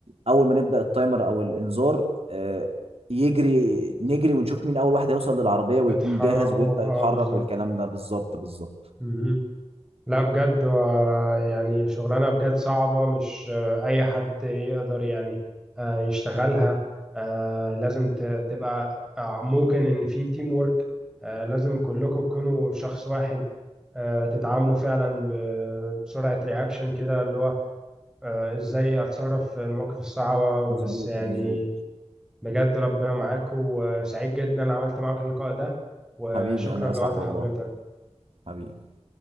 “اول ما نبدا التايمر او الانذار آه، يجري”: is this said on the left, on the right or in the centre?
Right